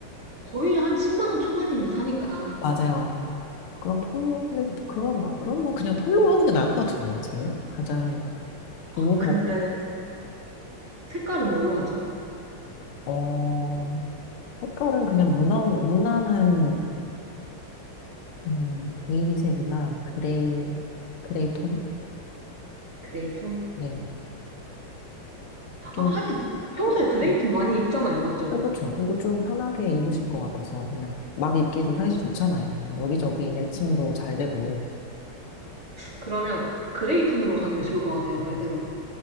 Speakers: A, on the right (about 40°); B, on the left (about 80°).
A: 거의 한 10만 원 초반이면 사니까.
B: 맞아요, 맞아요. 그럼 폴로, 근데 그건 막, 그런 건 그냥 폴로 하는 게 나을 것 같은데요, 제일? 가장
A: 아,
B: 좋은
A: 근데
B: 거.
A: 색깔은 뭘로 하죠?
B: 어, 색깔은 그냥 무난, 무난한, 음, 베이지색이나 그레이, 그레이 톤?
A: 그레이 톤?
B: 네. 좀
A: 아, 하긴 평소에
B: 편하게.
A: 그레이 톤 많이 입잖아요. 맞죠?
B: 그쵸, 그쵸. 이거 좀 편하게 입으실 것 같아서 그냥 막 입기도 사실 좋잖아요. 그냥 여기저기 매칭도 잘 되고.
A: 그러면 그레이 톤으로 가는 게 좋을 것 같아요. 말대로.
B: 음.